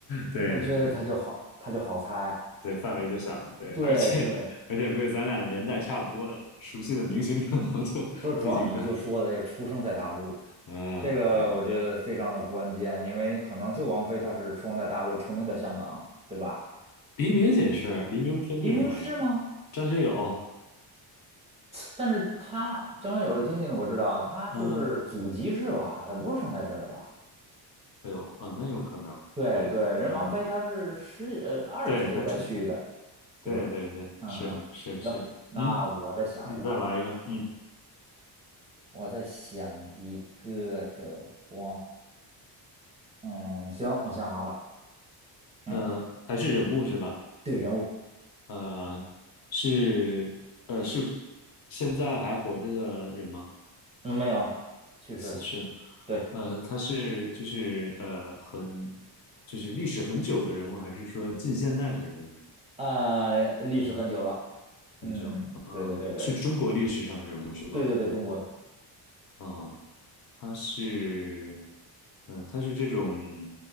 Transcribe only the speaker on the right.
我觉得他就好，他就好猜。
对对，
不是，主要你就说的这出生在大陆，
这个我觉得非常的关键，因为可能就王菲她是出生在大陆，成名在香港，对吧？
也
黎明是吗？
但是她张学友是天津的，我知道，她就是祖籍是吧？
她不是生在这儿的吧？
对对，
人王菲她是十呃二十几岁才去的，
对吧？
嗯嗯，
行，那我再想一个啊。
我在想一个的话，嗯，行，我想好了，嗯，
对，人物，
嗯，没有了，去世了，
对，
呃，历史很久了，嗯，
对对对对
对对对，中国的，